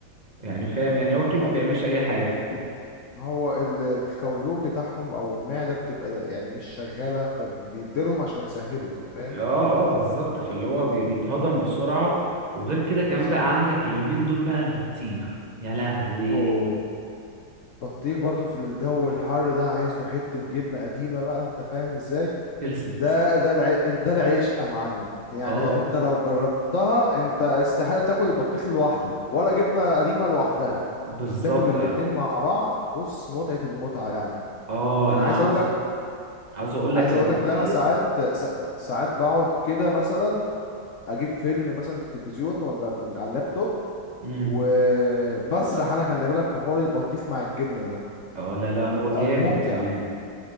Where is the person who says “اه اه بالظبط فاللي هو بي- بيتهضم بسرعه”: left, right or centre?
Right